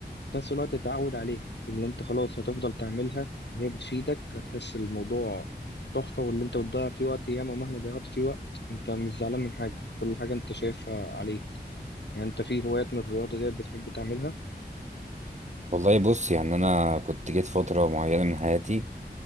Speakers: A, on the left; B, on the right.
A: في نفس الوقت تتعود عليها اللي انت خلاص هتفضل تعملها وهي بتفيدك هتحس الموضوع تحفة واللي انت بتضيع فيه وقت ياما مهما ضيعت فيه وقت انت مش زعلان من حاجة كل حاجة انت شايفها عليك يعني انت في هوايات من الرياضة ديت بتحب تعملها
B: والله بص يعني انا كنت جيت فترة معينة من حياتي